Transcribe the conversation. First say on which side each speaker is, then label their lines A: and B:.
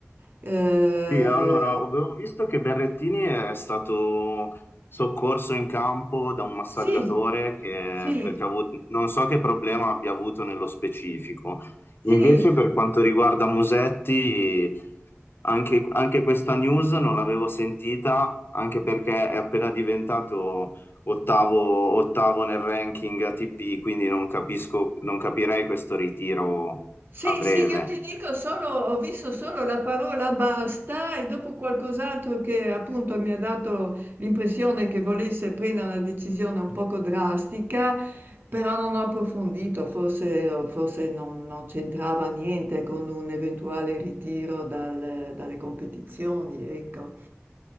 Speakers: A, on the right (about 45°); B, on the left (about 50°).
A: eh,
B: Sì, allora, avevo visto che Berrettini è stato soccorso in campo da un massaggiatore
A: sì.
B: che,
A: Sì,
B: perché ha avuto, non so che problema abbia avuto nello specifico. Invece,
A: sì,
B: per quanto riguarda Musetti, anche, anche questa news non l'avevo sentita, anche perché è appena diventato ottavo, ottavo nel ranking ATP, quindi non capisco, non capirei questo ritiro
A: sì,
B: a breve.
A: sì, io ti dico solo, ho visto solo la parola basta e dopo qualcos'altro che appunto mi ha dato l'impressione che volesse prendere una decisione un poco drastica, però non ho approfondito, forse, forse non, non c'entrava niente con un eventuale ritiro dal- dalle competizioni, ecco.